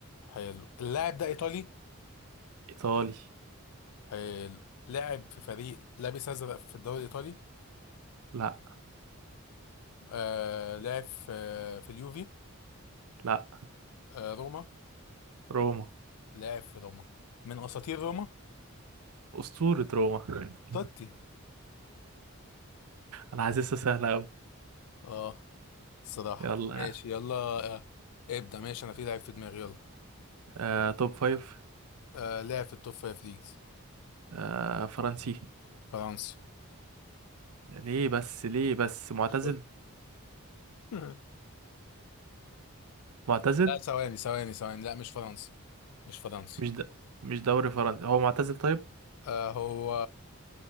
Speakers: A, on the left; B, on the right.
A: حلو اللاعب ده ايطالي
B: إيطالي
A: حلو لعب في فريق لابس ازرق في الدوري الايطالي
B: لا
A: آه لعب في في اليوفي
B: لا
A: آه روما
B: روما
A: لعب في روما من اساطير روما
B: أسطورة روما <laughs>
A: توتي
B: أنا حاسسها سهلة أوي
A: اه الصراحه
B: يلا
A: طب ماشي
B: يعني
A: يلا آه ابدا ماشي انا في لاعب في دماغي يلا
B: آه توب فايف
A: آه لعب في التوب فايف ليجز
B: آه فرنسي
A: فرنسي
B: ليه بس ليه بس معتزل
A: شوف <laughs>
B: معتزل
A: لا ثواني ثواني ثواني لا مش فرنسي مش فرنسي
B: مش د... مش دوري فرنسي هو معتزل طيب
A: آه هو